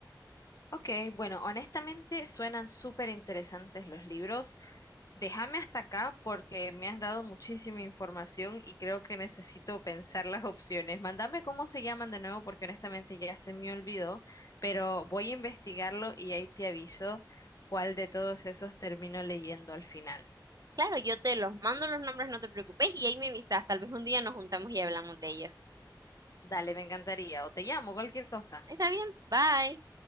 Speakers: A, on the left (about 50°); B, on the right (about 55°).
A: Ok, bueno, honestamente suenan súper interesantes los libros. Déjame hasta acá porque me has dado muchísima información y creo que necesito pensar las opciones. Mándame cómo se llaman de nuevo porque honestamente ya se me olvidó, pero voy a investigarlo y ahí te aviso cuál de todos esos termino leyendo al final.
B: Claro, yo te los mando los nombres, no te preocupes, y ahí me avisas, tal vez un día nos juntamos y hablamos de ellos.
A: Dale, me encantaría. O te llamo, cualquier cosa.
B: Está bien, bye.